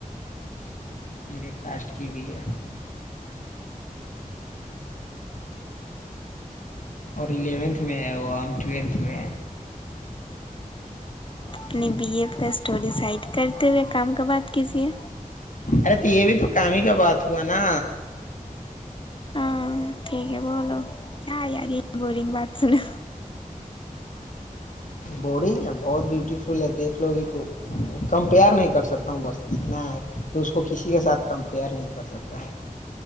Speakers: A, on the left (about 65°); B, on the left (about 35°).
A: میرے کاسٹ کی بھی ہے اور الیونتھ میں ہے وہ ہم ٹویلتھ میں
B: اپنی بی ایف کا اسٹوری سائڈ کرتے ہوئے کام کا بات کیجیے
A: ارے تو یہ بھی تو کام ہی کا بات ہوا نا
B: ہاں ٹھیک ہے بولو کیا یاری بورنگ بات سنو
A: بورڈنگ ہے بہت بیوٹیفل ہے دیکھ لو گی تو کمپیئر نہیں کر سکتا ہوں بس اتنا ہے کہ اس کو کسی کے ساتھ کمپیئر نہیں کر سکتا